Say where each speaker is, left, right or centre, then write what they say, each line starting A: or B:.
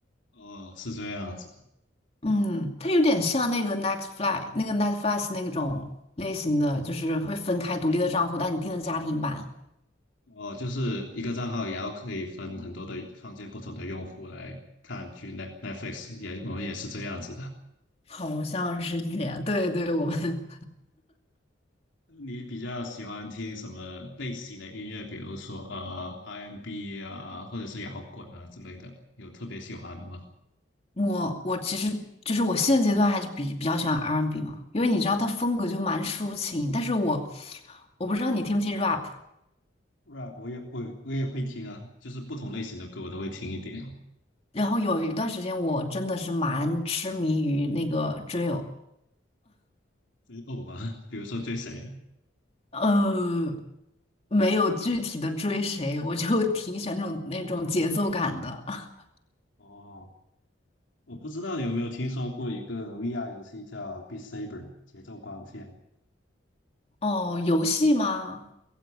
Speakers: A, on the left (about 75°); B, on the left (about 30°).
A: 哦，是这样子的。
B: 嗯，它有点像那个 n e x t f l y 那个 Netflix 那种类型的，就是会分开独立的账户，但你订的家庭版，
A: 哦，就是一个账号也要可以分很多的创建不同的用户来看去 Net f l i x 也我们也是这样子的。
B: 好像是这样。对对，我们
A: 你比较喜欢听什么类型的音乐？比如说呃 R&B 啊，或者是摇滚啊之类的，有特别喜欢的吗
B: <laughs> 我我其实就是我现阶段还是比比较喜欢 R&B n 嘛，因为你知道它风格就蛮抒情，但是我我不知道你听不听 rap，
A: ？rap 我也我也我也会听啊，就是不同类型的歌我都会听一点，
B: 然后有一段时间我真的是蛮痴迷于那个 drill。
A: 追偶吧，<laughs> 比如说追谁？
B: 嗯，没有具体的追谁，我就 <laughs> 挺喜欢这种那种节奏感的。<laughs>
A: 哦，我不知道你有没有听说过一个 VR 游戏叫《Beat Saber》节奏光剑。
B: 哦，游戏吗？